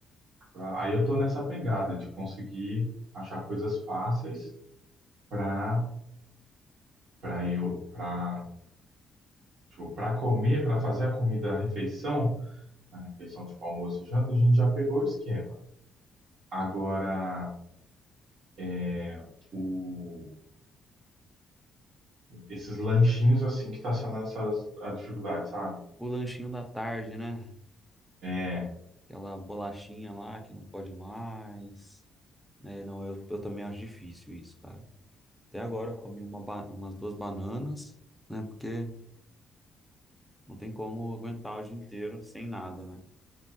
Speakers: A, on the right (about 70°); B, in the centre.
A: pra... Aí eu tô
B: Ah,
A: nessa pegada de conseguir achar coisas fáceis para para eu para tipo, para comer, para fazer a comida, a refeição, a refeição tipo almoço e janta, a gente já pegou o esquema. Agora
B: ah.
A: é, o esses lanchinhos assim que tá sendo essas, a dificuldade, sabe?
B: O lanchinho da tarde, né?
A: É,
B: aquela bolachinha lá que não pode mais. né não, eu, eu também acho difícil isso, cara. Até agora eu comi uma ba- umas duas bananas, né? Porque não tem como aguentar o dia inteiro sem nada, né?